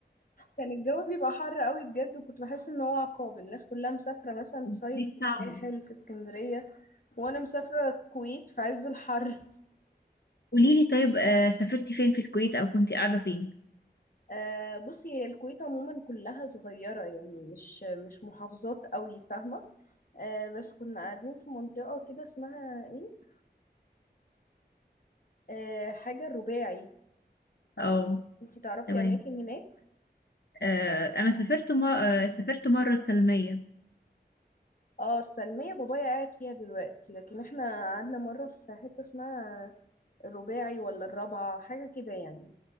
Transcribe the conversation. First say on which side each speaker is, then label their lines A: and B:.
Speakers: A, on the left; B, on the left.
A: كان الجو بيبقى حر قوي بجد وكنت بحس ان هو عقاب الناس كلها مسافرة مثلا
B: البيت
A: تصيف في الساحل
B: صعبة
A: في اسكندرية وانا مسافرة الكويت في عز الحر
B: قولي لي طيب آه، سافرتي فين في الكويت أو كنتي قاعدة فين؟
A: آه، بصي هي الكويت عموما كلها صغيرة يعني مش مش محافظات قوي فاهمة آه، بس كنا قاعدين في منطقة كده اسمها ايه آه، حاجة الرباعي
B: اه
A: انتي تعرفي
B: تمام
A: اماكن هناك
B: آه، أنا سافرت مرة سافرت مرة السلمية
A: اه السلمية بابايا قاعد فيها دلوقتي لكن احنا قعدنا مرة في حتة اسمها الرباعي ولا الرابعة حاجة كده يعني